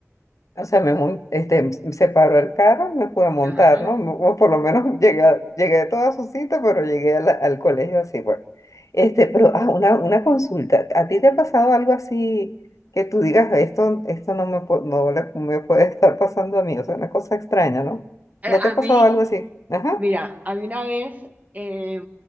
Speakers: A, on the left (about 85°); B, on the right (about 30°).
A: o sea, me mon- este, se paró el carro, me pude montar,
B: Ajá.
A: ¿no? Me- O por lo menos <laughs> llegué, a- llegué a toda su cita, pero llegué a la- al colegio así, pues. Este, pero, ah, una, una consulta. ¿A ti te ha pasado algo así que tú digas, esto, esto no me, pu- no le- me puede <laughs> estar pasando a mí? O sea, una cosa extraña, ¿no?
B: Eh,
A: ¿No
B: a
A: te ha
B: mí,
A: pasado algo así? Ajá.
B: mira, a mí una vez eh,